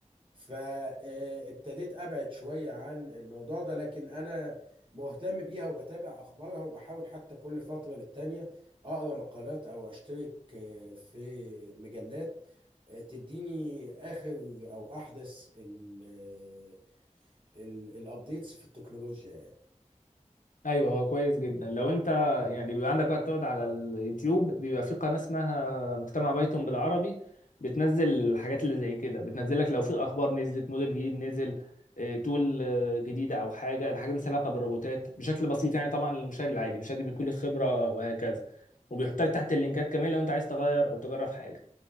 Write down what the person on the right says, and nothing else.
فابتديت ابعد شويه عن الموضوع ده لكن انا مهتم بيها وبتابع اخبارها وبحاول حتى كل فتره للتانيه اقرا مقالات او اشترك آه، في مجلات آه، تديني اخر او احدث ال- آه، ال- الابديتس في التكنولوجيا يعني